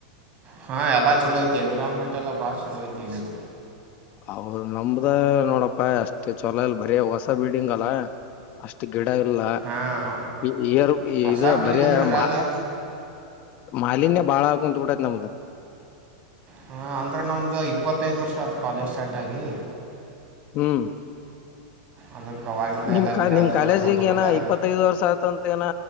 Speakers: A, on the right (about 35°); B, on the left (about 45°).
A: ಹಾ ಎಲ್ಲ ಚುಲೋ ಐತಿ ಎನ್ವಿರಾನ್‌ಮೆಂ ಟ್ಟಲ್ಲ ಭಾಳ್ ಚುಲೋ ಐತಿ ಇಲ್ಲಿದ.
B: ಹೌದು ನಮ್ದ ನೋಡಪ್ಪಾ ಅಷ್ಟೇ ಚಲೋ ಇಲ್ ಬರೇ ಹೊಸ ಬಿಲ್ಡಿಂಗ್ ಅಲ್ಲ ಅಷ್ಟ ಗಿಡ ಇಲ್ಲ
A: ಹಾಂ
B: ಇ ಇಯರ್
A: ಹೊಸ
B: ಇದು
A: ಬಿಲ್ಡಿಂಗ್
B: ಬರಿ
A: ಅಂದ್ರೆ ಇರಲ್ಲ
B: ಮಾ ಮಾಲಿನ್ಯ ಬಾಳ ಆಗಾಕುಂತ್ಬಿಟೈತ್ ನಮ್ದ.
A: ಹಾ ಅಂದ್ರ ನಮ್ದು ಇಪ್ಪತ್ತೈದು ವರ್ಷ ಆತ್ ಕಾಲೇಜ್ ಸ್ಟಾರ್ಟ್ ಆಗಿ.
B: ಹ್ಮ.
A: ಅದಕ್ಕೆ ಅವಾಗಿಂದ
B: ನಿಮ್
A: ಎಲ್ಲ
B: ಕಾ
A: ಗಿಡ
B: ನಿಮ್
A: ಅದು
B: ಕಾಲೇಜಿಗೆ
A: ಬೆಳೆಸ್ಕೊಂತ ಬಂದಾರ
B: ಏನಾ ಇಪ್ಪತ್ತೈದು ವರ್ಷ ಆಯ್ತಂತ ಏನ